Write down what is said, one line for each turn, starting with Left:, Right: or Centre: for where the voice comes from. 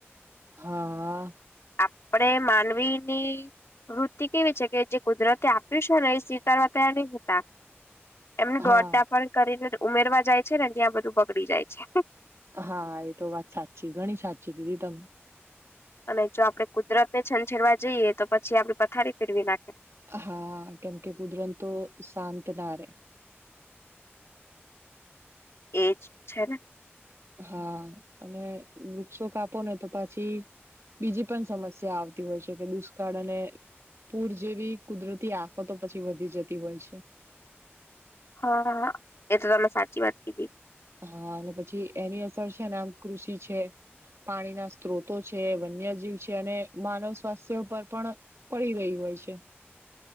Right: હા
Left: આપડે માનવી ની વૃત્તિ કેવી છે કે જે કુદરતે આપ્યું છે ને એ સ્વીકારવા તૈયાર નહી થતા એમને
Right: હા
Left: દોડડા પણ કરીને ઉમેરવા જાય છે ને ત્યાં બધું બગડી જાય છે
Right: હા એ તો વાત સાચી ઘણી સાચી કીધી તમે
Left: અને જો આપડે કુદરત ને છંછેડવા જઈએ તો પછી આપડે પથારી ફેરવી નાખે
Right: હા, કેમ કે કુદરત તો શાંત ના રે
Left: એજ છેને.
Right: હા, અને વૃક્ષો કાપો ને તો પછી બીજી પણ સમસ્યા આવતી હોય છે. કે દુષ્કાળ અને પૂર જેવી કુદરતી આફતો પછી વધી જતી હોય, છે.
Left: હા, એ તો તમે સાચી વાત કીધી
Right: હા, અને પછી એની અસર છેને, આમ કૃષિ છે. પાણી ના સ્ત્રોતો છે વન્યજીવ છે, અને માનવ સ્વાસ્થ્ય પર પણ પડી ગહી હોય પ છે